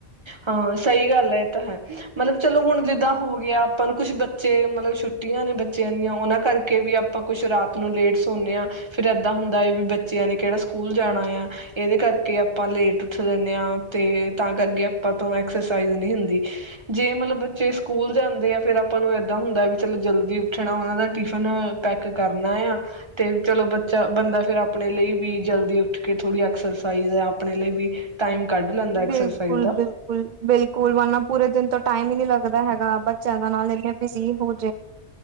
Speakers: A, on the right; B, on the right.
A: ਹਾਂ ਸਹੀ ਗੱਲ ਹੈ ਇਹ ਤਾਂ ਹੈ ਮਤਲਬ ਚਲੋ ਹੁਣ ਜਿੱਦਾਂ ਹੋ ਗਿਆ ਆਪਾਂ ਨੂੰ ਕੁਛ ਬੱਚੇ ਮਤਲਬ ਛੁੱਟੀਆਂ ਨੇ ਬੱਚਿਆਂ ਦੀਆਂ ਉਹਨਾਂ ਕਰਕੇ ਵੀ ਆਪਾਂ ਕੁਛ ਰਾਤ ਨੂੰ ਲੇਟ ਸੌਦੇ ਹਾਂ। ਫਿਰ ਇੱਦਾਂ ਹੁੰਦਾ ਹੈ ਵੀ ਬੱਚਿਆਂ ਨੇ ਕਿਹੜਾ ਸਕੂਲ ਜਾਣਾ ਆ ਇਹਦੇ ਕਰਕੇ ਆਪਾਂ ਲੇਟ ਉੱਠ ਦਿੰਦੇ ਹਾਂ। ਅਤੇ ਤਾਂ ਕਰਕੇ ਤੋਂ ਐਕਸਰਸਾਈਜ਼ ਨਹੀਂ ਹੁੰਦੀ ਜੇ ਮਤਲਬ ਬੱਚੇ ਸਕੂਲ ਜਾਂ ਦੇ ਆ ਫੇ ਆਪਾਂ ਨੂੰ ਇਏਦਾਂ ਹੁੰਦਾ ਚਲੋ ਜਲਦੀ ਉੱਠਣਾ ਉਹਨਾਂ ਦਾ ਟਿਫਿਨ ਪੈਕ ਕਰਨਾ ਆ ਤੇ ਚਲੋ ਬੱਚਾ ਬੰਦਾ ਫਿਰ ਆਪਣੇ ਲਈ ਵੀ ਜਲਦੀ ਉੱਠ ਕੇ ਥੋੜ੍ਹੀ ਐਕਸਰਸਾਈਜ਼ ਆਪਣੇ ਲਈ ਵੀ ਟਾਈਮ ਕੱਢ ਲੈਂਦਾ ਐਕਸਰਸਾਈਜ਼
B: ਬਿਲਕੁਲ
A: ਦਾ
B: ਬਿਲਕੁਲ, ਬਿਲਕੁਲ ਵਰਨਾ ਪੂਰੇ ਦਿਨ ਤੋਂ ਟਾਈਮ ਹੀ ਨੀ ਲੱਗਦਾ ਹੈਗਾ। ਬੱਚਿਆਂ ਦਾ ਨਾਲ ਲ ਵੀ ਸੀ ਹੋ